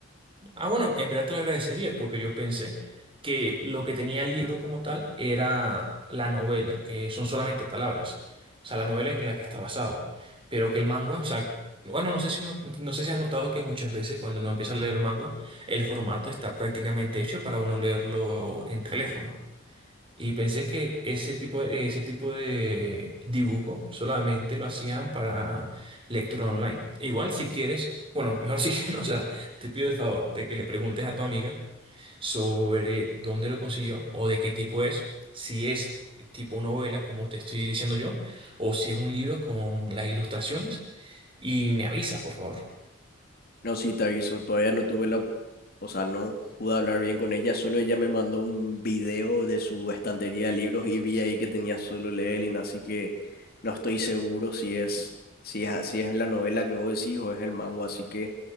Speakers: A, on the right; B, on the left.
A: Ah, bueno, en verdad te lo agradecería porque yo pensé que lo que tenía el libro como tal era la novela, que son solamente palabras. O sea, la novela en la que está basado. Pero que el manga, o sea, bueno, no sé si no, no sé si has notado que muchas veces cuando uno empieza a leer el manga, el formato está prácticamente hecho para uno leerlo en teléfono. Y pensé que ese tipo de, ese tipo de dibujo solamente lo hacían para lectura online. E igual si quieres, bueno, mejor si <laughs> no, o sea, te pido el favor de que le preguntes a tu amiga sobre dónde lo consiguió o de qué tipo es, si es tipo novela, como te estoy diciendo yo, o si es un libro con las ilustraciones, y me avisas, por favor.
B: No, sí, te aviso, todavía no tuve la, o sea, no pude hablar bien con ella, solo ella me mandó un video de su estantería de libros y vi ahí que tenía Solo Leveling, así que no estoy seguro si es, si es, si es la novela que vos decís o es el mango, así que